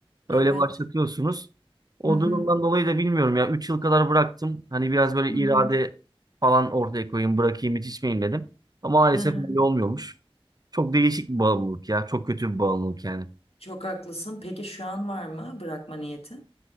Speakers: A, on the right; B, on the left.
A: Öyle
B: Evet.
A: başlatıyorsunuz. O
B: Hı hı.
A: durumdan dolayı da bilmiyorum ya 3 yıl kadar bıraktım. Hani biraz böyle
B: Hı
A: irade
B: hı.
A: falan ortaya koyayım bırakayım hiç içmeyeyim dedim. Ama maalesef
B: Hı hı.
A: öyle olmuyormuş. Çok değişik bir bağımlılık ya. Çok kötü bir bağımlılık yani.
B: Çok haklısın. Peki şu an var mı bırakma niyeti?